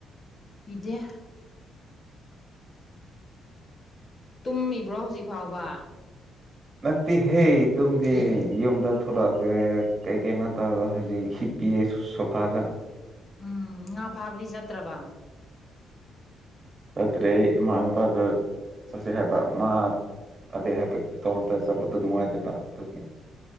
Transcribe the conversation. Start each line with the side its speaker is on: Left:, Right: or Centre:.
Left: ꯄꯤꯗꯦ ꯇꯨꯝꯃꯤꯕ꯭ꯔꯣ ꯍꯧꯖꯤꯛ ꯐꯥꯎꯕ
Right: ꯅꯠꯇꯦ ꯍꯦ ꯇꯝꯗꯤ ꯌꯨꯝꯗ ꯊꯣꯛꯂꯛꯑꯒꯦ ꯀꯩ ꯀꯩꯅꯣ ꯇꯧꯔꯒ ꯍꯧꯖꯤꯛ ꯄꯁ ꯁꯐꯒ
Left: ꯎꯝ ꯉꯥ ꯐꯥꯕꯗꯤ ꯆꯠꯇ꯭ꯔꯕ
Right: ꯆꯠꯇ꯭ꯔꯦ ꯏꯃꯥꯟꯅꯕꯗ ꯆꯠꯁꯦ ꯍꯥꯏꯕ ꯃꯥ ꯐꯗꯦ ꯍꯥꯏꯐꯦ ꯏꯇꯣꯝꯇ ꯆꯠꯄ ꯑꯗꯨ ꯅꯨꯡꯉꯥꯏꯇꯕ ꯑꯗꯨꯒꯤ